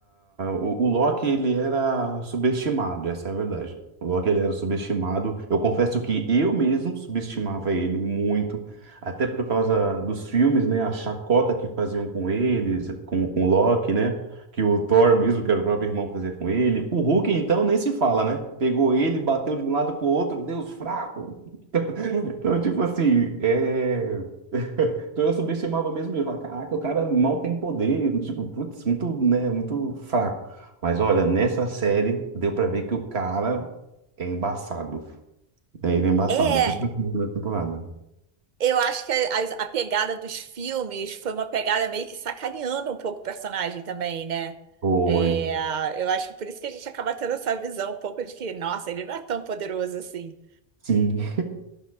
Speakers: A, on the right; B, on the right.
A: o, o Loki ele era subestimado, essa é a verdade. O Loki ele era subestimado. Eu confesso que eu mesmo subestimava ele muito, até por causa dos filmes, né? A chacota que faziam com eles, com, com o Loki, né? Que o Thor mesmo, que era o próprio irmão, fazia com ele. O Hulk, então, nem se fala, né? Pegou ele, bateu de um lado pro outro, Deus fraco. <laughs> Então, tipo assim, é. Então eu subestimava mesmo eu. Falava, caraca, o cara mal tem poder. Tipo, putz, muito, né, muito fraco. Mas olha, nessa série deu pra ver que o cara é embaçado. né? Ele é embaçado,
B: É,
A: principalmente na primeira temporada.
B: Eu acho que a, a- a pegada dos filmes foi uma pegada meio que sacaneando um pouco o personagem também, né?
A: Foi.
B: É, eu acho que por isso que a gente acaba tendo essa visão um pouco de que, nossa, ele não é tão poderoso assim.
A: Sim. <laughs>